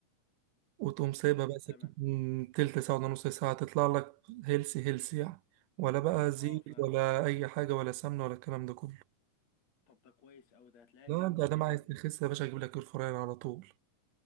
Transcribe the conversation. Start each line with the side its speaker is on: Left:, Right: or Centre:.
Right: وتقوم سايبها
Left: امم
Right: بقى سكت
Left: تمام
Right: من تلت ساعه ولا نص ساعه تطلع لك هيلسي هيلسي يعني ولا بقى زيت
Left: اه ف
Right: ولا اي حاجه ولا سمنه ولا الكلام ده كله
Left: طب ده كويس اوي ده هتلاقيها
Right: لا
Left: جامدة
Right: انت ده
Left: دي
Right: عايز
Left: اوي
Right: تخس يا باشا اجيب لك اير فراير على طول